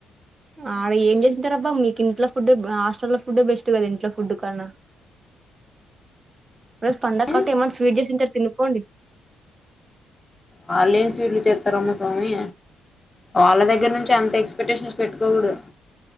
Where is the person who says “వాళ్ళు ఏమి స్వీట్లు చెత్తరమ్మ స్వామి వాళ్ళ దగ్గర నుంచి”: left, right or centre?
Left